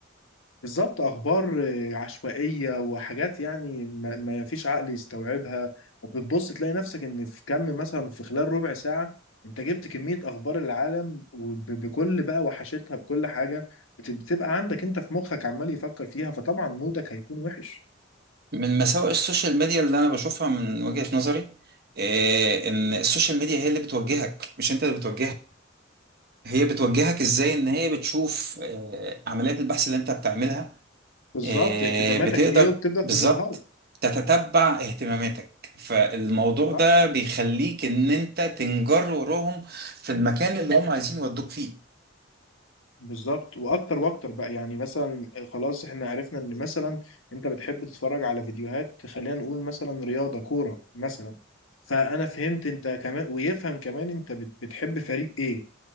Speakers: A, on the left; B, on the right.
A: بالظبط اخبار آه، عشوائيه وحاجات يعني ما ما فيش عقل يستوعبها وبتبص تلاقي نفسك ان في كم مثلا في خلال ربع ساعه انت جبت كميه اخبار العالم وبكل بقى وحشتها بكل حاجه بت- بتبقى عندك انت في مخك عمال يفكر فيها فطبعا مودك هيكون وحش
B: من مساوئ السوشيال ميديا اللي انا بشوفها من وجهة نظري آه، ان السوشيال ميديا هي اللي بتوجهك مش انت اللي بتوجهها هي بتوجهك ازاي ان هي بتشوف آه، عمليات البحث اللي انت بتعملها
A: بالظبط
B: آه،
A: اهتماماتك
B: بتقدر
A: ايه وبتبدا
B: بالظبط
A: تظهرها لك
B: تتتبع اهتماماتك فالموضوع
A: صح
B: ده بيخليك ان انت تنجر وراهم في المكان اللي هم عايزين يودوك فيه
A: بالظبط واكتر واكتر بقى يعني مثلا خلاص احنا عرفنا ان مثلا انت بتحب تتفرج على فيديوهات خلينا نقول مثلا رياضه كوره مثلا فانا فهمت انت كمان ويفهم كمان انت بت- بتحب فريق ايه